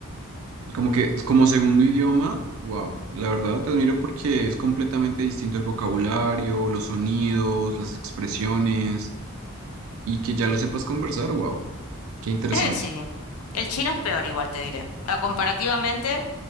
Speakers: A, on the right; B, on the left.
A: Como que como segundo idioma, wow, la verdad te admiro porque es completamente distinto el vocabulario, los sonidos, las expresiones y que ya lo sepas conversar, wow,
B: <laughs>
A: qué interesante.
B: Eh, Sí, el chino es peor, igual te diré. Ah, Comparativamente,